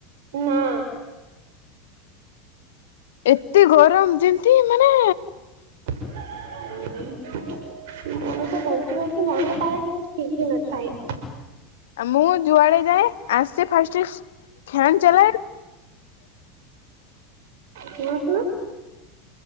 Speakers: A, on the right (about 65°); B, on the left (about 75°).
A: ନା।
B: ଏତେ ଗରମ ଯେମତି ମାନେ
A: <unintelligible> ମନୀଷ ବଞ୍ଚିବ କି ମରିବ ତାର କିଛି ଠିକ ହିଁ ନଥାଏ।
B: ମୁଁ ଯୁଆଡେ ଯାଏ ଆସେ ଫାଷ୍ଟ ଫ୍ୟାନ ଚଲାଏ।
A: ଶୁଣନ୍ତୁ।